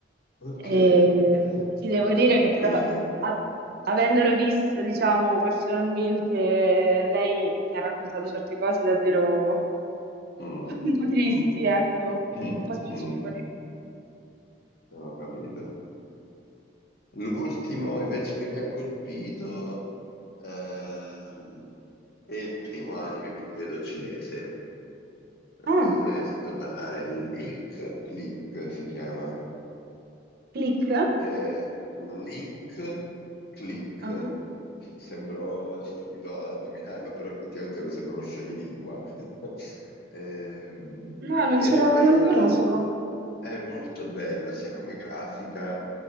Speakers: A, on the left; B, on the right.
A: ok,
B: E
A: ok.
B: ti devo
A: Eh,
B: dire che
A: e
B: però,
A: quindi ne...
B: a- avendolo visto, diciamo, personalmente, lei mi ha raccontato certe cose davvero <laughs>
A: Mm,
B: un po' tristi,
A: mm,
B: ecco,
A: <clears throat> mm,
B: un po' spiacevoli.
A: mm, ho capito. L'ultimo invece che mi ha colpito... Ehm, è il primo anime che vedo cinese.
B: Ah,
A: Non so se ne hai sentito parlare. Link Click si chiama.
B: Click?
A: È Link Click.
B: Ah.
A: Sembro stupido a nominarlo, però effettivamente sembra uno scioglilingua. <laughs> Ehm,
B: No, non
A: ed
B: ce l'ho,
A: è bello,
B: non lo conosco.
A: è molto bello, sia come grafica